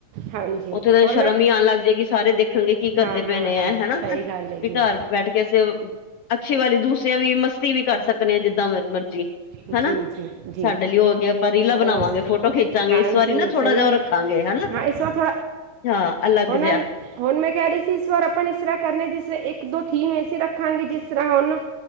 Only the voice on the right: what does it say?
ਹਾਂਜੀ
ਹੋਰ
ਮੈਂ
ਹਾਂ
ਸਹੀ ਗੱਲ ਹੈਗੀ
ਹੈ
ਮਤਲਬ
ਜੀ ਜੀ ਜੀ
ਉਸ
ਹਾਂਜੀ
ਸਹੀ
ਹੈ
ਹਾਂ ਇਸ ਵਾਰ
ਹੁਣ
ਅਲ- ਹੁਣ ਮੈਂ ਕਹਿ ਰਹੀ ਸੀ ਇਸ ਵਾਰ ਆਪਾਂ ਇਸ ਤਰ੍ਹਾਂ ਕਰਨਾ ਜਿਸ ਤਰ੍ਹਾਂ ਇੱਕ ਦੋ ਥੀਮ ਐਸੀ ਰੱਖਾਂਗੇ ਜਿਸ ਤਰ੍ਹਾਂ ਹੁਣ।